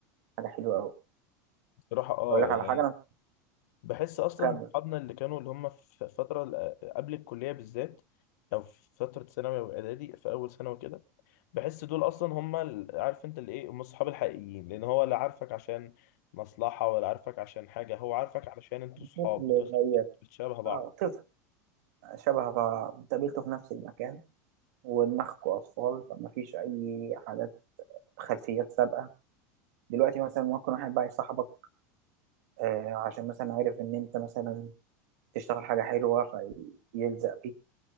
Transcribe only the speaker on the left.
بصراحه اه
يعني
بحس اصلا
صحابنا اللي كانوا اللي هم في فتره ال- قبل الكليه بالذات او في فتره ثانوي واعدادي في اول سنه وكده بحس دول اصلا هم ال- عارف انت اللي ايه هم الصحاب الحقيقيين لان هو لا عارفك عشان مصلحة ولا عارفك عشان حاجة هو عارفك علشان انتوا صحاب
بتوع-
بتشابه بعض